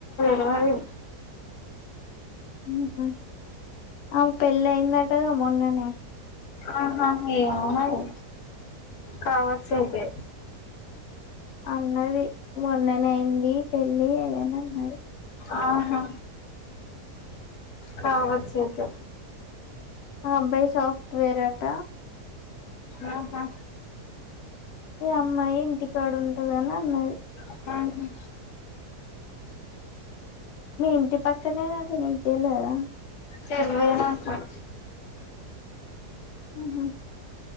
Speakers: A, on the left (about 75°); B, on the left (about 60°).
A: తెలవది
B: హ్మ్ హు ఆమే పెళ్ళి అయిందటగా మొన్ననే
A: ఆహా ఏమో మరి కావచ్చు అయితే
B: అన్నది మొన్ననే అయింది పెళ్లి అని అన్నది
A: ఆహా కావచ్చు అయితే
B: అబ్బాయి సాఫ్ట్వేర్ అట
A: ఆహా
B: ఈ అమ్మాయి ఇంటి కాడు ఉంటదు అని అన్నది
A: ఆహా
B: మీ ఇంటి పక్కనే పక్కనే కదా నీకు తెలవదా
A: తెల్వదు నాకు
B: హ్మ్ హు